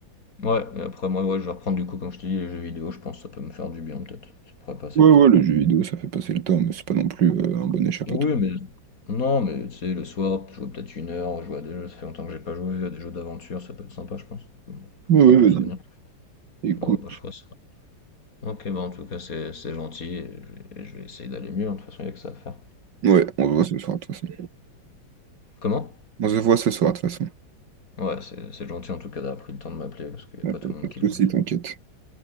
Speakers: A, on the left; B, on the right.
A: Ouais, et après moi, ouais, je vais reprendre du coup, comme je te dis, les jeux vidéo, je pense que ça peut me faire du bien peut-être. Ça pourrait passer
B: Ouais,
A: le temps.
B: ouais, le jeu vidéo, ça fait passer le temps, mais c'est pas non plus euh, un bon échappatoire.
A: Oui, mais non, mais tu sais, le soir, jouer peut-être une heure, jouer à des jeux, ça fait longtemps que j'ai pas joué à des jeux d'aventure, ça peut être sympa, je pense. Bon, pour
B: Ouais,
A: rappeler
B: ouais,
A: de bons souvenirs.
B: vas-y. Écoute.
A: Bon, bah, je ferai ça. Ok, bah en tout cas, c'est c'est gentil, et je vais, et je vais essayer d'aller mieux, hein, de toute façon, il n'y a que ça à faire.
B: Ouais, on se voit ce soir, de toute façon.
A: Comment?
B: On se voit ce soir, de toute façon.
A: Ouais, c'est c'est gentil en tout cas d'avoir pris le temps de m'appeler, parce qu'il n'y
B: Ouais,
A: a pas
B: Pas
A: tout le monde
B: pas de
A: qui
B: soucis,
A: l'aurait fait.
B: t'inquiète.